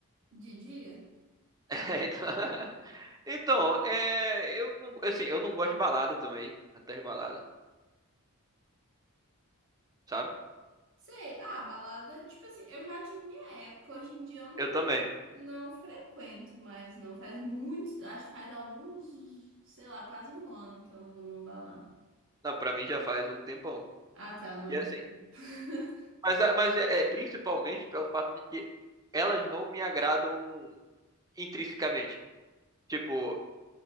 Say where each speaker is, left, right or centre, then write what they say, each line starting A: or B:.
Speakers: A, on the right; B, on the right.
A: de dia.
B: <laughs> É, então, <laughs> então, é, eu não, assim, eu não gosto de balada também, até de balada, sabe?
A: Sei, ah, balada, tipo assim, eu já tive minha época, hoje em dia eu não,
B: Eu também.
A: não frequento mas não faz muitos, acho que faz alguns, sei lá, quase um ano que eu não vou numa balada.
B: Não, para mim já faz um tempão.
A: Ah, tá, não.
B: E assim,
A: <laughs>
B: mas a- mas é é principalmente pelo fato de que elas não me agradam intrinsecamente. Tipo,